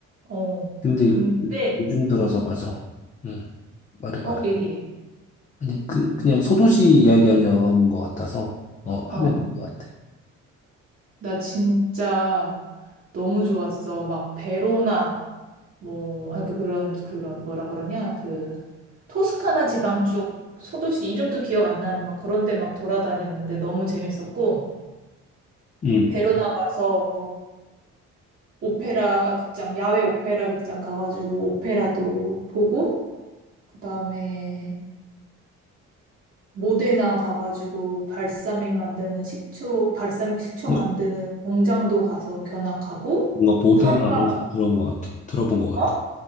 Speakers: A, on the right; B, on the left.
A: 어,
B: 근데
A: 근데,
B: 요- 요즘 들어서 맞아. 응. 말해 말해.
A: 어, 얘기해.
B: 그냥 그 그냥 소도시 이야기하려는 것 같아서 어
A: 어,
B: 하면 될 것 같아.
A: 나 진짜 너무 좋았어. 막 베로나, 뭐, 아, 그, 그런, 그런, 뭐라 그러냐, 그, 토스카나 지방 쪽, 소도시 이름도 기억 안 나는 막 그런 데 막 돌아다녔는데 너무 재밌었고,
B: 응.
A: 베로나 가서 오페라 극장, 야외 오페라 극장 가가지고 오페라도 보고, 그다음에 모데나 가가지고 발사믹 만드는 식초, 발사믹 식초
B: 너-
A: 만드는 공장도 가서 견학하고,
B: 뭔가 모데나
A: 파르마
B: 어디서
A: 가,
B: 들어온 것 같아. 들어본 것 같아.
A: 어?